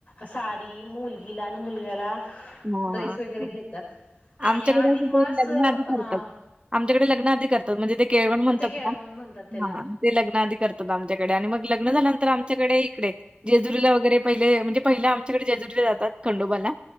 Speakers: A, on the left; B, on the right.
A: साडी मुलगीला आणि मुलग्याला
B: हां,
A: ड्रेस
B: हां.
A: वगैरे
B: बरोबर.
A: घेतात आणि
B: आमच्याकडे
A: अधिक
B: असं
A: मास
B: ते लग्नाआधी
A: हा..
B: करतात. आमच्याकडे लग्न आधी करतात म्हणजे ते केळवण म्हणतात
A: ते केळवण
B: ना.
A: म्हणतात त्याला
B: हा! ते लग्न आधी करतात आमच्याकडे आणि मग लग्न झाल्यानंतर आमच्याकडे इकडे. जेजुरीला वगैरे पहिले म्हणजे पहिला आमच्याकडे जेजुरीला जातात खंडोबाला.